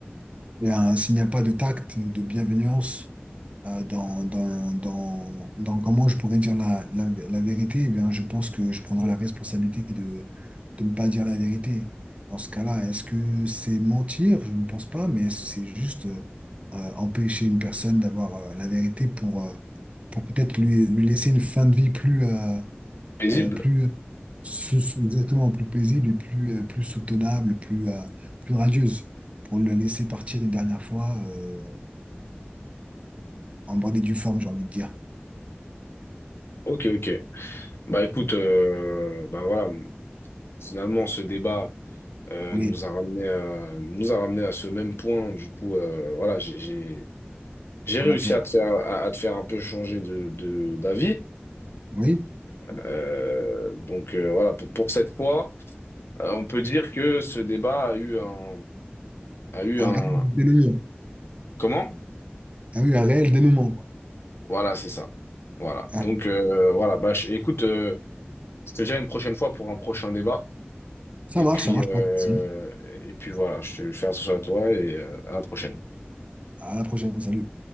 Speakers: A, on the right (about 30°); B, on the left (about 75°).
A: Et, euh, s'il n'y a pas de tact, de bienveillance, euh, dans, dans, dans, dans comment je pourrais dire la, la, la vérité, eh bien, je pense que je prendrai la responsabilité de, de ne pas dire la vérité. Dans ce cas-là, est-ce que c'est mentir? Je ne pense pas, mais c'est juste euh, euh, empêcher une personne d'avoir euh, la vérité pour, euh, pour peut-être lui, lui laisser une fin de vie plus, euh,
B: Paisible.
A: euh, plus sou- sou- exactement plus paisible et plus, euh, plus soutenable, plus, euh, plus radieuse, pour le laisser partir une dernière fois euh, en bonne et due forme, j'ai envie de dire.
B: Ok, ok. Bah écoute, euh, bah voilà, finalement ce débat euh,
A: Oui,
B: nous a ramené à, nous a ramené à ce même point. Du coup, euh, voilà, j'ai j'ai j'ai
A: on
B: réussi
A: a peur.
B: à te faire à, à te faire un peu changer de de d'avis.
A: Oui,
B: Euh, donc euh, voilà, pour, pour cette fois, euh, on peut dire que ce débat a eu un a eu
A: un
B: un
A: réel dénouement.
B: comment?
A: Ah oui, un réel dénouement, quoi.
B: Voilà, c'est ça. Voilà. Donc
A: Ah,
B: euh, voilà, bah je- écoute, euh, je te dis à une prochaine fois pour un prochain débat.
A: ça
B: Et
A: marche,
B: puis,
A: ça marche,
B: euh,
A: pas de souci.
B: et puis voilà, je, je fais attention à toi et euh, à la prochaine.
A: À la prochaine, salut.